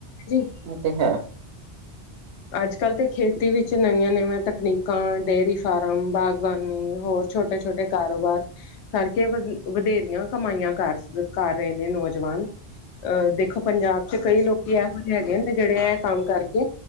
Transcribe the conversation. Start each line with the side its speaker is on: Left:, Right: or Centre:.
Left: ਜੀ
Right: ਇਹ ਤੇ ਹੈ।
Left: ਅੱਜ ਕੱਲ੍ਹ ਤੇ ਖੇਤੀ ਵਿੱਚ ਨਵੀਆਂ ਨਵੀਆਂ ਤਕਨੀਕਾਂ ਡੇਅਰੀ ਫਾਰਮ ਬਾਗਬਾਨੀ ਹੋਰ ਛੋਟੇ ਛੋਟੇ ਕਾਰੋਬਾਰ ਕਰਕੇ ਵਧੇਰੀਆਂ ਕਮਾਈਆਂ ਕਰ ਕਰ ਰਹੇ ਨੇ ਨੌਜਵਾਨ ਅ ਦੇਖੋ ਪੰਜਾਬ ਤੇ ਕਈ ਲੋਕੀ ਇਹੋ ਜਹੇ ਹੈਗੇ ਨੇ ਜਿਹੜੇ ਇਹ ਕੰਮ ਕਰਕੇ